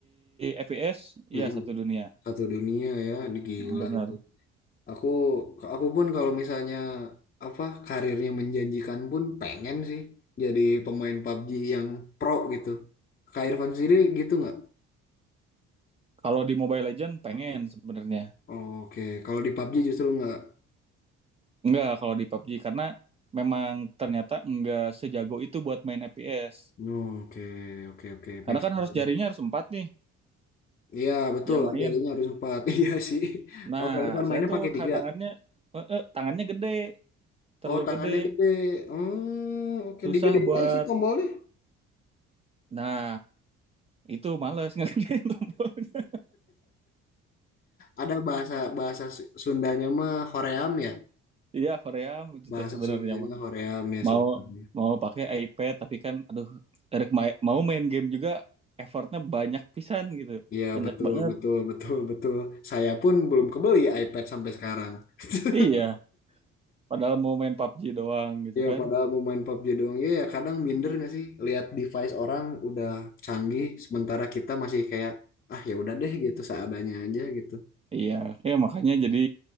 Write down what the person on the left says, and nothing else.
Mm-mm.
Satu dunia ya, di- gila
itu. Aku aku pun kalau misalnya apa karirnya menjanjikan pun pengen sih jadi pemain PUBG yang pro gitu. Kak Irfan sendiri gitu nggak?
Oke, Kalau di PUBG justru nggak.
Oke, oke, oke,
make
sense.
Iya betul,
jarinya harus empat. <laughs> Iya sih.
Oke, Irfan mainnya
pakai
tiga.
Oh, tangannya
gede. Hmm, oke,
digedein
aja sih tombolnya.
Ada bahasa bahasa Sundanya mah hoream ya.
Bahasa
Sundanya
hoream ya
sebenarnya.
Iya
betul
betul betul betul. Saya pun belum kebeli iPad sampai sekarang. <laughs>
Ya
padahal mau main PUBG doang. Ya ya, kadang minder nggak sih lihat device orang udah canggih sementara kita masih kayak ah ya udah deh gitu seadanya aja gitu.